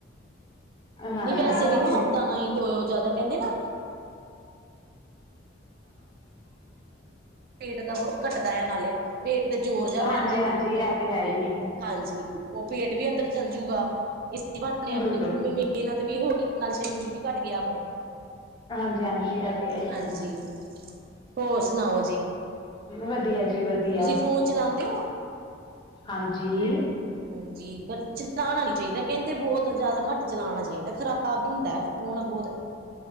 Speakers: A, on the left; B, on the right.
A: ਹਾਂ,
B: ਨੀ ਵੈਸੇ
A: ਹੋਰ
B: ਵੀ ਨਾ
A: ਕੀ
B: ਹੱਥਾ ਨਾਲ ਹੀ ਧੋਇਓ ਜਿਆਦਾ ਕਹਿੰਦੇ <inaudible> ਪੇਟ ਦਾ ਘੱਟਦਾ ਐ ਨਾਲੇ ਪੇਟ ਤੇ ਜੋਰ ਜਾ ਪੈਂਦੈ
A: ਹਾਂਜੀ-ਹਾਂਜੀ ਐ ਤੇ ਹੈ ਈ ਏ,
B: ਹਾਂਜੀ ਓ <inaudible> ਪੇਟ ਵੀ ਅੰਦਰ ਚੱਲਜੂਗਾ ਇਸ ਬਹਾਨੇ ਆਪਣੀ
A: ਬਿਲਕੁਲ।
B: ਮਿਹਨਤ ਵੀ ਹੋਗੀ ਨਾਲ ਸਰੀਰ ਵੀ ਘੱਟ ਗਿਆ ਆਪਣੇ
A: ਹਾਂਜੀ ਹਾਂਜੀ ਇਹ ਤੇ ਹੈ ਹੀ
B: ਹਾਂਜੀ
A: ਹੈ
B: ਹੋਰ ਸਣਾਯੋ ਜੀ
A: ਵਧੀਆ ਜੀ। ਵਧੀਆ
B: ਤੁਸੀ ਫੋਨ ਚਲਾਉਂਦੇ ਓ?
A: ਹਾਂਜੀ।
B: ਹਾਂਜੀ ਪਰ ਚਲਾਣਾ ਨੀ ਚਾਹੀਦਾ ਕਹਿੰਦੇ ਬਹੁਤ ਜਿਆਦਾ ਘੱਟ ਚਲਾਉਣਾ ਚਾਹੀਦਾ ਖ਼ਰਾਬ ਹੁੰਦੈ ਫੋਨ ਬਹੁਤ